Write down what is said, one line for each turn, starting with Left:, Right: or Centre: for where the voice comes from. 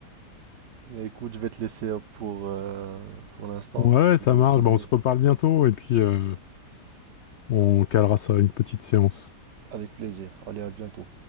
Right: Ben écoute, je vais te laisser euh, pour, euh, pour l'instant.
Left: Ouais,
Right: Je
Left: ça
Right: dois
Left: marche.
Right: filer.
Left: Bah, on se reparle bientôt et puis euh, on calera ça, à une petite séance.
Right: Avec plaisir. Allez, à bientôt.